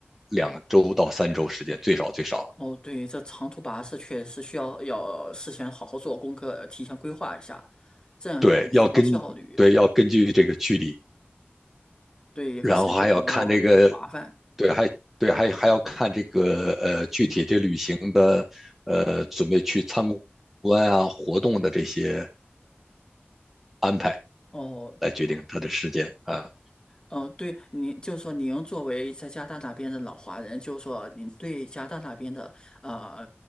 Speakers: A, in the centre; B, on the left.
A: 两周到三周时间，最少最少。
B: 哦，对，这长途跋涉确实需要要事先好好做功课，提前规划一下，这样也可以提高效率。
A: 对，要根对要根据这个距离，
B: 对，也可以省去很多麻烦。
A: 然后还要看这个对还对还还要看这个呃具体这旅行的呃准备去参观啊活动的这些安排
B: 哦，
A: 来决定它的时间啊。
B: 呃，对，您就是说您作为在加拿大那边的老华人，就是说您对加拿大那边的啊